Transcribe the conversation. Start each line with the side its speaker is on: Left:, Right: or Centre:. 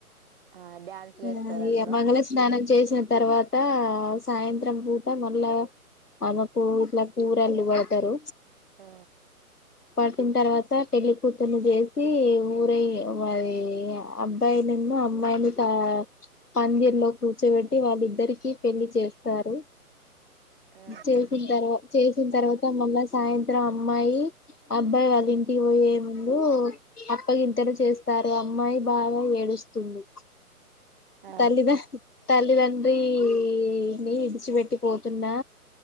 Right: ఆ! డాన్సులు
Left: ఆ
Right: ఏస్తారు
Left: ఈ
Right: అందులో.
Left: మంగళ స్నానం చేసిన తర్వాత సాయంత్రం సద్రం పూట మళ్ళా ఆమెకు ఇట్లా కూరళ్ళలు పడతారు
Right: ఆ
Left: పడుటిన తర్వాత పెళ్లి కూూతుని చేసి ఊరయ్య వరి అబ్బాయిన్న అమ్మాయిని ప పందిర్ లో కూర్చ వాళ్ళిద్దరికి పెళ్లి చేస్తారు
Right: ఆ!
Left: చేసిన తర్వాత చేసిన తర్వాత మళా సాయంత్రం అమ్మాయి అబ్బాయి వాళ్ళ ఇంటికి పోయే ముందు అప్పగింతెన చేస్తారు అమ్మాయి బాగా ఏడుస్తుంది
Right: ఆ!
Left: తల్లిద తల్లిదండ్రిని ఇడిచిపెట్టి పోతున్నా